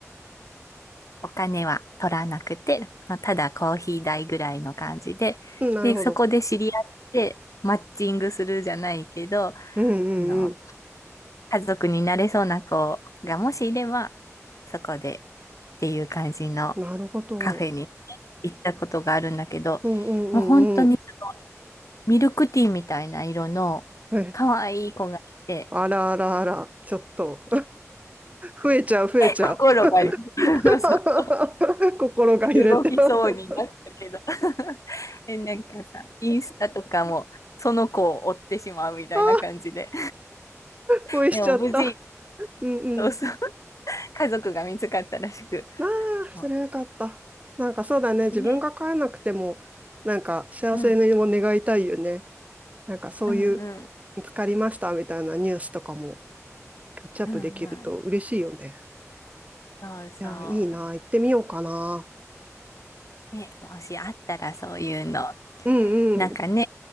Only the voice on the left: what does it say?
お金は取らなくて、ただコーヒー代ぐらいの感じで、
で、そこで知り合って、マッチングするじゃないけど、あ
の、
家族になれそうな子がもしいれば、そこでっていう感じの、
カフェに行ったことがあるんだけど、
もう本当にミルクティーみたいな色の可愛い子がいて、
心がね <laughs>
そ
う動きそうになったけど
<laughs> え、なんかさ、インスタとかもその子を追ってしまうみたいな感じで、
でも無事、
そうそう、家族が見つかったらしく、
も
うね、
うん、
うん、うん、
うん、うん。そうそう。
ね、もしあったらそういうの。
なんかね、